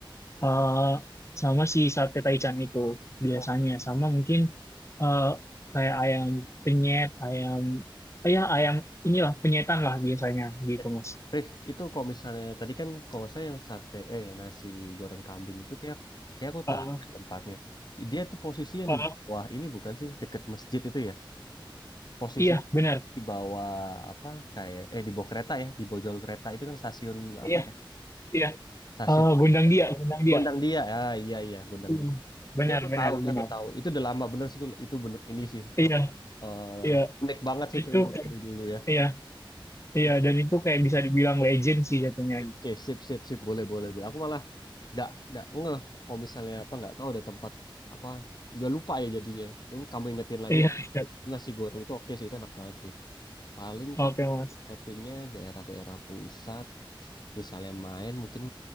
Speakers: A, on the left; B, on the left.
A: eh, sama si sate taichan itu biasanya
B: Oh.
A: sama mungkin eh, kayak ayam penyet, ayam eh, ya ayam inilah penyetan lah biasanya gitu
B: Eh,
A: Mas.
B: Rif, itu kalau misalnya tadi kan kalau saya yang sate eh yang nasi goreng kambing itu kayak kayak aku
A: Eh,
B: tahu deh tempatnya. Dia tuh posisi yang
A: eh,
B: di bawah ini bukan sih deket masjid itu ya? Posisi
A: iya benar.
B: di bawah apa kayak eh di bawah kereta ya, di bawah jalur kereta itu kan stasiun apa
A: Iya,
B: ya?
A: iya.
B: Stasiun
A: Eh, gondang dia, gondang dia.
B: Gondang Dia. Ya, iya iya Gondang
A: Iya,
B: Dia.
A: Benar,
B: Kayak aku
A: benar,
B: tahu, kayak
A: benar.
B: aku tahu. Itu udah lama bener sih itu itu bener ini sih
A: Iya,
B: eh eh,
A: iya.
B: unik banget sih
A: Itu
B: itu emang
A: kayak-
B: dari dulu ya.
A: iya, iya
B: Itu
A: dan itu kayak bisa dibilang legend sih jatuhnya gitu.
B: Oke, sip, sip, sip, boleh, boleh, boleh. Aku malah nggak nggak ngeh kalau misalnya apa nggak tahu ada tempat apa udah lupa ya jadinya. Lalu kamu ingetin lagi
A: Iya,
B: oh,
A: iya.
B: nasi goreng itu oke sih itu enak banget sih. Paling
A: Oke,
B: kan
A: Mas.
B: settingnya daerah-daerah pusat, misalnya main mungkin